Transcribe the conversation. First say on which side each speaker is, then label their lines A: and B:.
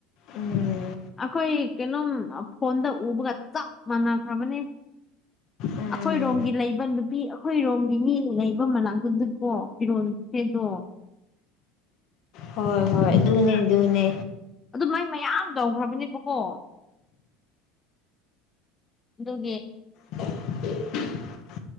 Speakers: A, on the left; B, on the left.
A: ꯎꯝ
B: ꯑꯩꯈꯣꯏ ꯀꯩꯅꯣꯝ ꯐꯣꯟꯗ ꯎꯕꯒ ꯆꯞ ꯃꯥꯟꯅꯈ꯭ꯔꯕꯅꯦ
A: ꯎꯝ
B: ꯑꯩꯈꯣꯏꯔꯣꯝꯒꯤ ꯂꯩꯕ ꯅꯨꯄꯤ ꯑꯩꯈꯣꯏꯔꯣꯝꯒꯤ ꯃꯤ ꯂꯩꯕ ꯃꯅꯥ ꯄꯨꯗꯨꯀꯣ ꯀꯔꯣ ꯀꯦꯗꯨꯣ
A: ꯍꯣꯏ ꯍꯣꯏ ꯑꯗꯨꯅꯦ ꯑꯗꯨꯅꯦ
B: ꯑꯗꯨ ꯃꯥꯏ ꯃꯌꯥꯝ ꯇꯧꯈ꯭ꯔꯕꯅꯦꯕꯀꯣ ꯑꯗꯨꯒꯤ
A: <unintelligible>